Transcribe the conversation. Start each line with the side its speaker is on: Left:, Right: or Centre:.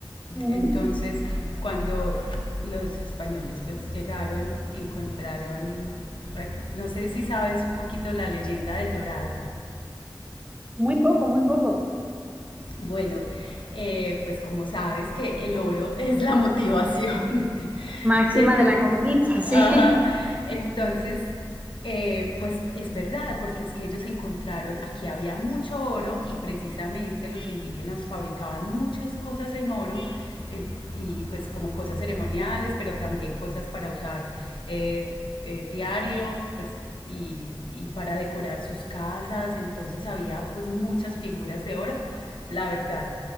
Right: Ujú.
Left: Entonces, cuando los españoles pues llegaron, encontraron, no sé si sabes un poquito la leyenda del dorado.
Right: Muy poco, muy poco.
Left: Bueno, eh, pues como sabes que el oro <laughs> es la motivación <laughs>
Right: Máxima
Left: de...
Right: de la conquista, sí.
Left: Ajá. Entonces, eh, pues es verdad, porque es que ellos encontraron, aquí había mucho oro y precisamente los indígenas fabricaban muchas cosas en oro. eh, y pues como cosas ceremoniales, pero también cosas para usar eh, eh, diario, pues y, y para decorar sus casas, entonces había pues muchas figuras de oro la verdad.